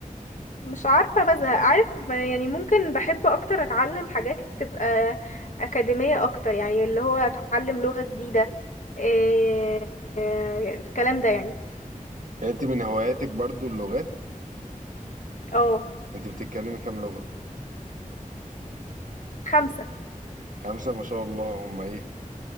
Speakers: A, on the left; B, on the right.
A: مش عارفة بزهق عارف ب- يعني ممكن بحب أكتر أتعلم حاجات تبقى أكاديمية أكتر يعني اللي هو أتعلم لغة جديدة إيه إيه الكلام ده يعني
B: يعني انت من هواياتك برضو اللغات
A: اه
B: انت بتتكلمي كام لغة
A: خمسة
B: خمسة ما شاء الله هم ايه